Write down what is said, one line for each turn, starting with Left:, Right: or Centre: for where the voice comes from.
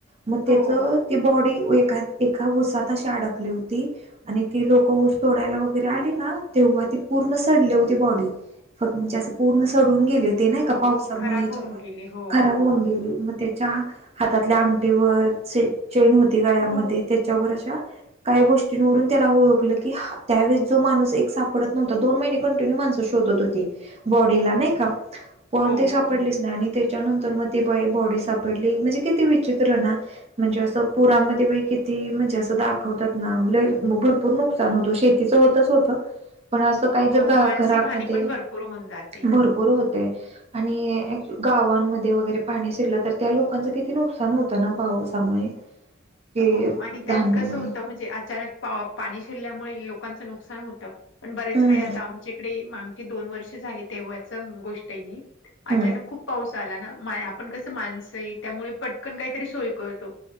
Right: मग त्याच
Left: हो,
Right: ती बॉडी ए एका उसात अशी अडकली होती. आणि ती लोकं ऊस तोडायला वगैरे आली ना, तेव्हा ती पूर्ण सडली होती बॉडी. फक्त म्हणजे असं पूर्ण सडून गेले होते नाही
Left: हो.
Right: का पावसामुळे
Left: खराब
Right: ह्याच्यामुळे.
Left: होऊन गेली. हो.
Right: खराब होऊन गेले. मग ते हातातल्या अंगठीवर चेन होती, गळ्यामध्ये
Left: हो,
Right: त्यांच्यावर अशा. काही गोष्टींवरून त्याला ओळखलं की, त्यावेळेस जो माणूस एक सापडत नव्हता. दोन महिने कंटिन्यू माणसं शो शोधत होती, बॉडीला नाही का पण
Left: हो,
Right: ते सापडलीच
Left: हो.
Right: नाही, आणि त्याच्यानंतर मग ती बाई बॉडी सापडली म्हणजे किती विचित्र ना. म्हणजे असं पुरामध्ये बाई किती म्हणजे असं दाखवतात ना, लय भरपूर नुकसान शेती होतंच होत, पण अस काही
Left: हो,
Right: जर
Left: मानसिक
Right: घरामध्ये
Left: हानी पण
Right: भरपूर.
Left: होऊन जाते.
Right: भरपूर होते आणि गावामध्ये वैगेरे, पाणी शिरल तर त्या लोकांच किती नुक नुकसान होतं, ना पावसामुळे. कि
Left: हो आणि त्यात
Right: धान्य
Left: कसं
Right: वगैरे
Left: होतं, म्हणजे अचानक पा पाणी शिरल्यामुळे लोकांचं नुकसान होतं. पण बरेच
Right: हम्म
Left: वेळ आता आमच्याकडे, आमची दोन वर्ष झाली तेव्हाची गोष्ट आहे ही.
Right: हम्म
Left: अचानक खूप पाऊस आला ना, आपण कसं माणसं आहे त्यामुळे पटकन काहीतरी सोय करतो.